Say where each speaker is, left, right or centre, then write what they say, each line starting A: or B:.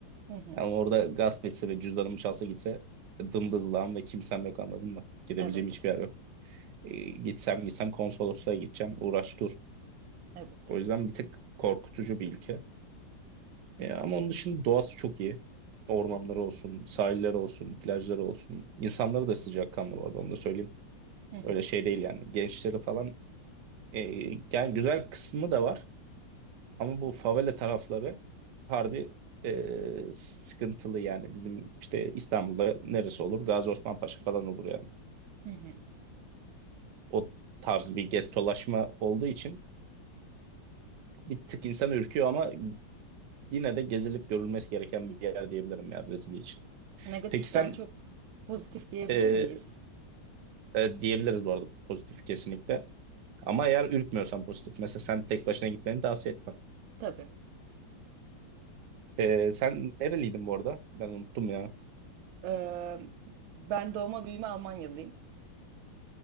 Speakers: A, on the right (about 85°); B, on the right (about 65°).
A: Hı hı.
B: Yani orada gasp etse ve cüzdanımı çalsa gitse dımdızlağım ve kimsem yok anladın mı? Gidebileceğim
A: Evet.
B: hiçbir yer yok. E, gitsem gitsem konsolosluğa gideceğim uğraş dur.
A: Evet.
B: O yüzden bir tık korkutucu bir ülke. Ya ama onun dışında doğası çok iyi. Ormanları olsun, sahilleri olsun, plajları olsun. İnsanları da sıcakkanlı bu arada onu da söyleyeyim.
A: Hı hı.
B: Öyle şey değil yani. Gençleri falan e, yani güzel kısmı da var. Ama bu favela tarafları harbi e, sıkıntılı yani. Bizim işte İstanbul'da neresi olur? Gazi Osman Paşa falan olur yani.
A: Hı hı.
B: O tarz bir gettolaşma olduğu için bir tık insan ürküyor ama yine de gezilip görülmesi gereken bir yer diyebilirim ya Brezilya için.
A: Negatiften
B: Peki sen
A: çok pozitif diyebilir
B: e,
A: miyiz?
B: e, diyebiliriz bu arada pozitif kesinlikle. Ama eğer ürkmüyorsan pozitif. Mesela sen tek başına gitmeni tavsiye etmem.
A: Tabii.
B: E, sen nereliydin bu arada? Ben unuttum ya.
A: Ee, ben doğma büyüme Almanyalıyım.